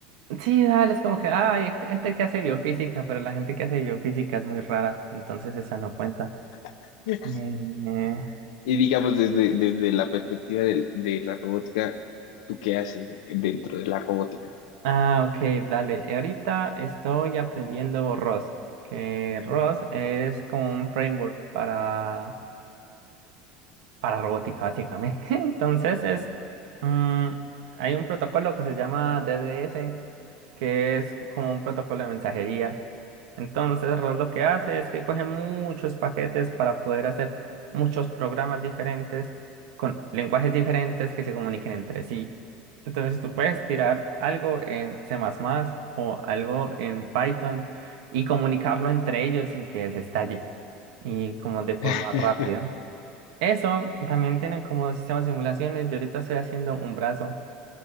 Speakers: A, on the right (about 75°); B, on the left (about 85°).
A: sí, dale, es como que ah, hay gente que hace biofísica, pero la gente que hace biofísica es muy rara, entonces esa no cuenta.
B: <laughs>
A: Eh,
B: Y digamos, desde, desde la perspectiva del- de, la robótica, ¿tú qué haces dentro de la robótica?
A: ah, ok, dale. eh, Ahorita estoy aprendiendo ROS, que ROS es como un framework para para robótica, básicamente. <laughs> Entonces es, mm, hay un protocolo que se llama DDS, que es como un protocolo de mensajería. Entonces, Ross lo que hace es que coge muchos paquetes para poder hacer muchos programas diferentes con lenguajes diferentes que se comuniquen entre sí. Entonces, tú puedes tirar algo en C++ o algo en Python y comunicarlo entre ellos sin que se estalle y como de forma
B: <laughs>
A: rápida. Eso también tiene como sistema de simulaciones. Yo ahorita estoy haciendo un brazo.